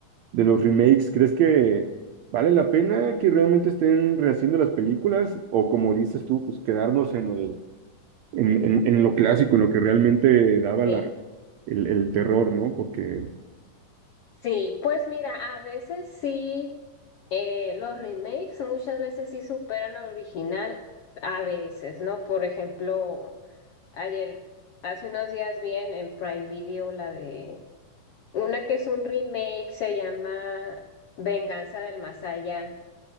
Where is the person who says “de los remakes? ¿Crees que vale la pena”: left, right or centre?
Right